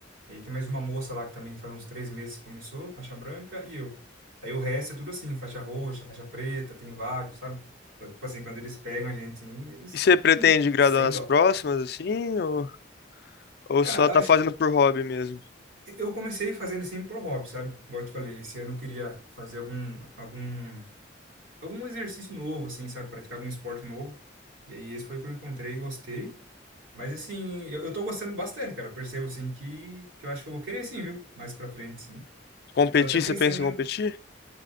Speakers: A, on the right; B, on the left.
A: E aí tem mais uma moça lá que também faz uns três meses que começou, faixa branca, e eu. Aí o resto é tudo assim, faixa roxa, faixa preta, tem vários, sabe? Então, tipo assim, quando eles pegam a gente, assim, eles
B: E você pretende graduar
A: sem
B: nas
A: dó.
B: próximas, assim? Ou, ou
A: Cara,
B: só
A: eu
B: tá
A: acho,
B: fazendo por hobby mesmo?
A: Eu comecei fazendo assim pro hobby, sabe? Igual eu te falei, esse ano eu queria fazer algum, algum, algum exercício novo, assim, sabe? Praticar algum esporte novo. E aí esse foi o que eu encontrei e gostei. Mas assim, eu, eu tô gostando bastante, cara. Eu percebo, assim, que, que eu acho que eu vou querer sim, viu? Mais pra frente, sim.
B: Competir,
A: Eu tô até pensando,
B: você pensa em competir?
A: em-